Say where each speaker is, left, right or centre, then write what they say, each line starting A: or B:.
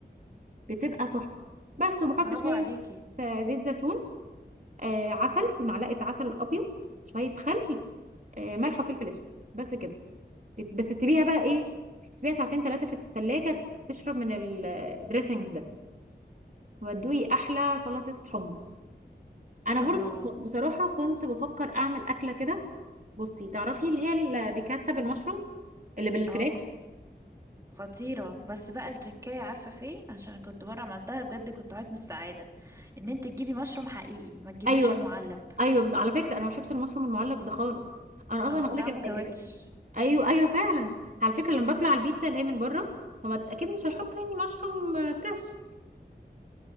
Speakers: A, on the right (about 45°); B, on the right (about 15°).
A: بتبقى تحفه بس وبحط
B: برافو
A: شويه
B: عليكي
A: آه، زيت زيتون آه عسل معلقه عسل ابيض شويه خل آه ملح وفلفل اسود بس كده بت- بس تسيبيها بقى ايه تسيبيها ساعتين ثلاثه في الثلاجه تشرب من الدريسنج ده وادوي احلى سلطه حمص انا برضه
B: الله
A: بصراحه كنت بفكر اعمل اكله كده بصي تعرفي اللي هي اللي بيكتب المشروم اللي بالفراخ
B: اه خطيرة بس بقى التركية عارفة في إيه؟ عشان كنت مرة عملتها بجد كنت عيط من السعادة ان انت تجيبي مشروم حقيقي ما تجيبيهوش
A: ايوه
B: المعلب
A: ايوه بس على فكره انا ما بحبش المشروم المعلب ده خالص انا اصلا
B: اه
A: هقول
B: طعمه
A: لك الحاجه
B: كاوتش
A: ايوه ايوه فعلا على فكره لما باكله على البيتزا اللي هي من بره هما اكيد مش هيحطوا يعني مشروم آه، فريش